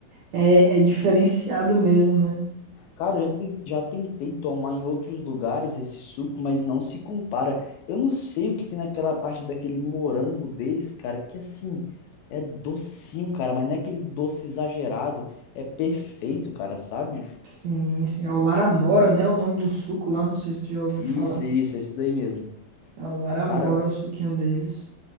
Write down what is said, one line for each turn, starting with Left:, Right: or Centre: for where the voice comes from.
Right: é, é diferenciado mesmo, né?
Left: Cara, eu já, te- já tentei tomar em outros lugares esse suco, mas não se compara. Eu não sei o que tem naquela parte daquele morango deles, cara, que assim, é docinho, cara, mas não é aquele doce exagerado, é perfeito, cara, sabe?
Right: Sim, sim. É o Laramora, né? O nome do suco lá, não sei se tu já ouviu
Left: Isso,
Right: falar.
Left: isso, esse daí mesmo.
Right: É o Laramora,
Left: Cara,
Right: o suquinho deles.